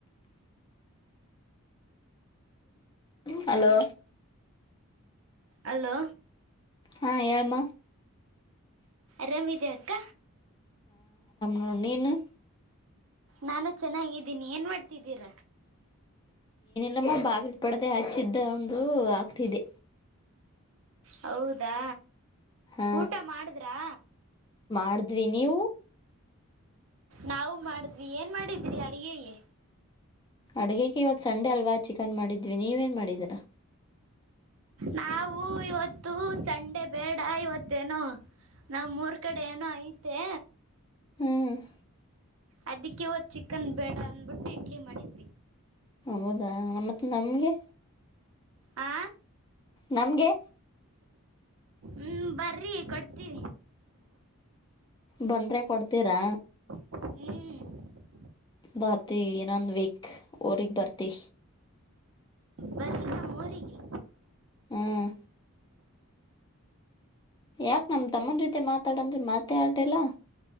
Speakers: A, on the left (about 20°); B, on the right (about 65°).
A: ಹಲೋ
B: ಅಲೋ
A: ಹಾ ಏಳಾಮ
B: ರಮಿದೆ ಅಕ್ಕ
A: <unintelligible> ಇನ್ನು
B: ನಾನು ಚೆನ್ನಾಗಿದ್ದೀನಿ ಏನ್ ಮಾಡ್ತಿದ್ದೀರ
A: ಮ್ಮ ಬಾಗಿಲ ಪಡದೆ ಹಚ್ಚಿದ್ದ ಒಂದು ಆಗ್ತಿದೆ
B: ಹೌದಾ
A: ಹಾ
B: ಊಟ ಮಾಡಿದ್ರಾ
A: ಮಾಡಿದ್ವಿ ನೀವು
B: ನಾವು ಮಾಡಿದ್ವಿ ಏನ್ ಮಾಡಿದ್ರಿ ಅಡಿಗೆಯ
A: ಅಡ್ಗಗೆ ಇವತ್ ಸಂಡೆ ಅಲ್ವಾ ಚಿಕನ್ ಮಾಡಿದ್ವಿ ನೀವೇನ್ ಮಾಡಿದೀರಾ
B: ನಾವು ಇವತ್ತು ಸಂಡೆ ಬೇಡ ಇವತ್ತೇನೋ ನಮ್ ಮೂರ್ ಕಡೆ ಏನೋ ಐತೆ
A: ಹ್ಮ್
B: ಅದಕ್ಕೆ ಹದ್ ಚಿಕನ್ ಬೇಡ ಅನ್ಬಿಟ್ಟು ಇಡ್ಲಿ ಮಾಡಿದ್ವಿ
A: ಹೌದಾ ಮತ್ ನಮ್ಗೆ
B: ಆ
A: ನಮ್ಗೆ
B: ಹ್ಮ್ ಬರ್ರಿ ಕೊಡ್ತೀವಿ
A: ಬಂದ್ರೆ ಕೊಡ್ತೀರಾ
B: ಹ್ಮ
A: ಬರ್ತಿ ಇನೊಂದ್ ವೀಕ್ ಊರಿಗೆ ಬರ್ತಿ
B: ಬರ್ರಿ ನಮ್ಮ ಊರಿಗೆ
A: ಹ್ಮ್ ಯಾಕ ನಮ ತಮ್ಮನ ಜೊತೆ ಮಾತಾಡಂದ್ರೆ ಮಾತೇ ಆಟಲ್ಲ